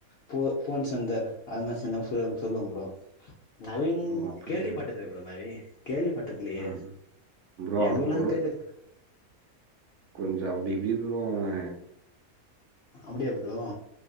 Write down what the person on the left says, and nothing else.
போ ஃபோன் சந்தர் அதுமார் சொன்னா <unintelligible> சொல்வே ப்ரோ நவீன்
கேள்வி பட்டதில்ல ப்ரோ அத மாரி கேள்விப்பட்டதில்லியே
எங்க ஊர்ல அந்த பேர்ல
அப்டியா ப்ரோ